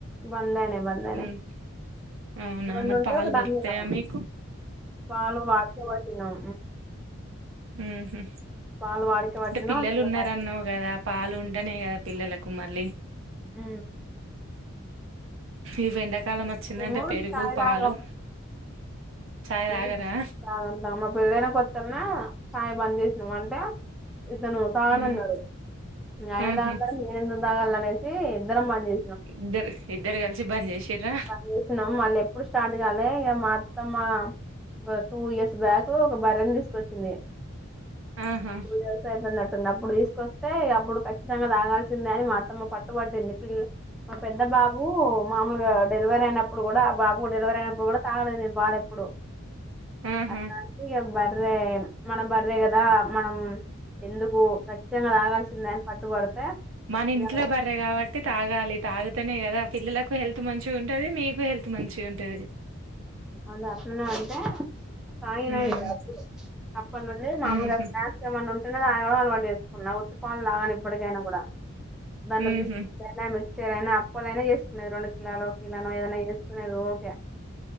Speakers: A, in the centre; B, on the right.
A: బంద్ అయినా బంద్ అయినాయి
B: హ్మ్ అవునా
A: రెండుంటే
B: మరి పాలు
A: ఒక దన్నిం
B: దొరుకుతాయా మీకు
A: పాలు వాడిచేవాటిన్నాం
B: ఉహు
A: పాలు వాడికే పట్టినాం
B: అంటే పిల్లలు
A: ఇక
B: ఉన్నారన్నావు
A: వాడికే
B: కదా పాలు ఉంటనే కదా పిల్లలకు మళ్ళీ
A: ఉ
B: ఇవెండా కాలం వచ్చిందంటే
A: మేము
B: పెరుగు,
A: చాయ్
B: పాలు
A: తాగం
B: చాయ్
A: మేము
B: తాగరా
A: తాగుంటాం మా పెళ్ళైైన కొత్తన్నా చాయ్ బనంది వంట అతను తాగనన్నాడు
B: హ్మ్
A: ఇగ అయినా
B: ఊహూ
A: తాగుతా <unintelligible> నేను అందుకు తాగాలి అయితే ఇద్దరం మంచి
B: ఇద్దరు ఇద్దరు కలిసి బంద్ చేసిర్రా
A: పని చేసినం మళ్ళీ ఎప్పుడు స్టార్ట్ కాలి ఇక అత్తమ్మ ఒక టూ ఇయర్స్ బ్యాక్ ఒక బర్రె నీ తీసుకొచ్చింది
B: ఆహా
A: టూ ఇయర్స్ అయితున్నట్టున్న ఉంది అప్పుడు తీస్ అయితే అప్పుడు ఖచ్చితంగా తాగాల్సి ంది అని మా అత్తమ్మ పట్టుబట్టింది పిల్ మా పెద్ద బాబు మామలుగా డెలివర్ అయినప్పుడు కూడా బాబు ఉ డెలివరీ అయినప్పుడు కూడ తగలే నేను వాడెప్పుడు
B: ఆహా
A: అట్లా <unintelligible> ఇగ బర్రే మన బర్రే కదా మనం ఎందుకు ఖచ్చితంగా తాగాల్సిందే అని పట్టుబడితే
B: మన
A: ఇగ
B: ఇంట్లో బర్రె కాబట్టి తాగాలి తాగుతేనే కదా పిల్లలకు హెల్త్ మంచి ఉంటది మీకు హెల్త్ మంచి ఉంటది
A: అదే అట్లానే అంటే తగ్గిన
B: హ్మ్
A: ఇగ అప్పుడు అప్పటి నుండి మామూలుగాారు
B: ఊహూ
A: స్నాక్స్ ఏమన్నా ఉ తాగడం అలవాటు చేసుకున్నా పాళ లాగానే ఇప్పటికైనా కూడా దాంట్లో
B: ఊహూ
A: బిస్కట్ అయినా మ ఏది అయినా అప్ప అయిన చేసుకునేది రెడు కిలో ఇలా నో ఏదన్నానా చేసుకునేది <unintelligible>